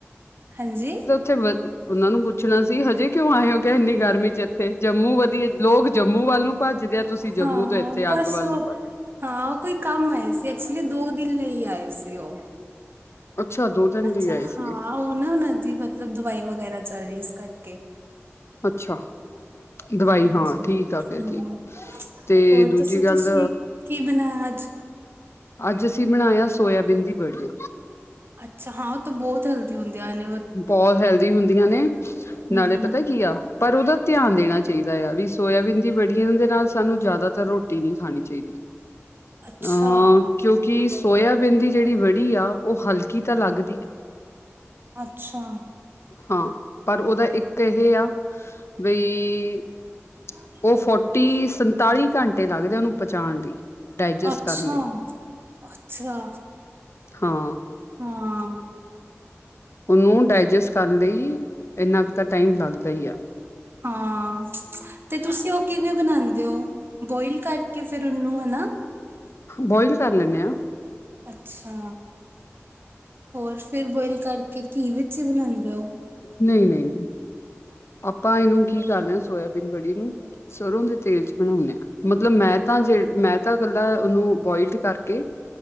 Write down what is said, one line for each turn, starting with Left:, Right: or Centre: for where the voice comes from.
Right: ਹਾਂਜੀ
Left: ਥੇ ਉਹਨਾ ਨੂੰ ਪੁੱਛਣਾ ਸੀ ਤੁਸੀਂ ਹਜੇ ਕਿਉਂ ਆਏ ਹੋਗੇ ਇੰਨੀ ਗਰਮੀ ਚ ਇੱਥੇ ਜੰਮੂ ਵਧੀਆ ਲੋਕ ਜੰਮੂ ਵੱਲ ਨੂੰ ਭੱਜਦੇ ਆ ਤੁਸੀਂ ਜੰਮੂ
Right: ਹਾਂ
Left: ਇੱਥੇ
Right: ਬਸ
Left: ਅੱਗ ਵੱਲ
Right: ਉਹ
Left: ਨੂੰ ਪ
Right: ਹਾਂ ਉਹ ਕੋਈ ਕੰਮ ਆਏ ਸੀ ਐਕਚੁਲੀ ਦੋ ਦਿਨ ਲਈ ਆਏ ਸੀ ਉਹ
Left: ਅੱਛਾ ਦੋ ਦਿਨ
Right: ਅੱਛਾ
Left: ਲਈ ਆਏ ਸੀਗੇ
Right: ਹਾਂ ਉਹ ਨਾ ਉਹਨਾਂ ਦੀ ਮਤਲਬ ਦਵਾਈ ਵਗੈਰਾ ਚੱਲ ਰਹੀ ਇਸ ਕਰਕੇ
Left: ਅੱਛਾ ਦਵਾਈ
Right: ਹਾਂਜੀ
Left: ਹਾਂ
Right: ਹਮ
Left: ਠੀਕ ਆ ਫੇਿਰ ਠੀਕ ਤੇ
Right: ਹੋਰ
Left: ਦੂਜੀ
Right: ਦੱਸੋ
Left: ਗੱਲ
Right: ਤੁਸੀਂ ਕੀ ਬਣਾਇਆ ਅੱਜ
Left: ਅੱਜ ਅਸੀਂ ਬਣਾਇਆ ਸੋਇਬੀਨ ਦੀ ਬੜੀਆਂ
Right: ਅੱਛਾ ਹਾਂ ਉਹ ਤਾਂ ਬਹੁਤ ਹੈਲਦੀ ਹੁੰਦੀ ਆਨ
Left: ਬਹੁਤ ਹੈਲਦੀ ਹੁੰਦੀਆਂ ਨੇ
Right: ਹਮ
Left: ਨਾਲੇ ਪਤਾ ਕੀ ਆ ਪਰ ਉਹਦਾ ਧਿਆਨ ਦੇਣਾ ਚਾਹੀਦਾ ਆ ਵੀ ਸੋਇਬੀਨ ਦੀ ਬੜੀ ਦੇ ਨਾਲ ਸਾਨੂੰ ਜ਼ਿਆਦਾਤਰ ਰੋਟੀ ਨਹੀਂ ਖਾਣੀ ਚਾਹੀਦੀ
Right: ਅੱਛਾ
Left: ਅਹ ਕਿਉਂਕਿ ਸੋਇਆਬੀਨ ਦੀ ਜਿਹੜੀ ਵੜੀ ਆ ਉਹ ਹਲਕੀ ਤਾਂ ਲੱਗਦੀ ਆ
Right: ਅੱਛਾ
Left: ਹਾਂ ਪਰ ਉਹਦਾ ਇੱਕ ਇਹ ਆ ਵੀਈ
Right: ਹ
Left: ਉਹ ਫੋਟੀ ਸੰਤਾਲੀ ਘੰਟੇ ਲੱਗਦੇ ਉਹਨੂੰ ਪਹੁੰਚਾਉਣ ਲਈ ਡਾਇਜਸਟ
Right: ਅੱਛਾ
Left: ਕਰਨ ਲਈ
Right: ਅੱਛਾ
Left: ਹਾਂ
Right: ਹਾਂ
Left: ਉਹਨੂੰ ਡਾਇਜੈਸਟ ਕਰਨ ਲਈ ਇੰਨਾ ਕੁ ਤਾਂ ਟਾਈਮ ਲੱਗਦਾ ਹੀ ਆ
Right: ਹਾਂ ਤੇ ਤੁਸੀਂ ਉਹ ਕਿਵੇਂ ਬਣਾਉਂਦੇ ਹੋ ਬੋਇਲ ਕਰਕੇ ਫੇਰ ਉਹਨੂੰ ਹਨਾ
Left: ਬੋਇਲ ਕਰ ਲੈਂਦੇ ਹਾਂ
Right: ਅੱਛਾ ਹੋਰ ਫਿਰ ਬੋਇਲ ਕਰਕੇ ਘੀ ਵਿੱਚ ਹੀ ਬਣਾਉਂਦੇ ਹੋ
Left: ਨਹੀਂ ਨਹੀਂ ਨਹੀਂ ਆਪਾਂ ਇਹਨੂੰ ਕੀ ਕਰ ਲ ਹ ਸੋਇਆਬੀਨ ਬੜੀ ਨੂੰ ਸਰ੍ਹੋਂ ਦੇ ਤੇਲ ਚ ਬਣਾਉਂਦੇ ਹਾਂ ਮਤਲਬ ਮੈਂ ਤਾਂ ਜ ਮੈਂ ਤਾਂ ਇਕੱਲਾ ਉਹਨੂੰ ਬਆਇਲ ਕਰਕੇ